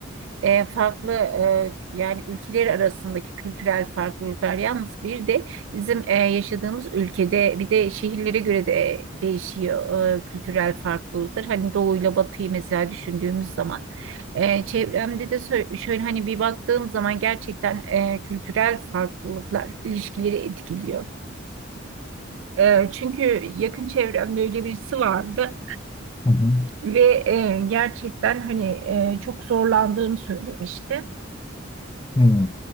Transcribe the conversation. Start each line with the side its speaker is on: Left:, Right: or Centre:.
Right: e, e, farklı e, yani ülkeler arasındaki kültürel farklılıklar. Yalnız bir de bizim e, yaşadığımız ülkede bir de şehirlere göre de değişiyor e, kültürel farklılıklar. Hani doğuyla batıyı mesela düşündüğümüz zaman e, çevremde de sö- şöyle hani bir baktığım zaman gerçekten e, kültürel farklılıklar ilişkileri etkiliyor. E, çünkü yakın çevremde öyle birisi vardı
Left: Hı hı.
Right: ve e, gerçekten hani e, çok zorlandığını söylemişti.
Left: Hmm.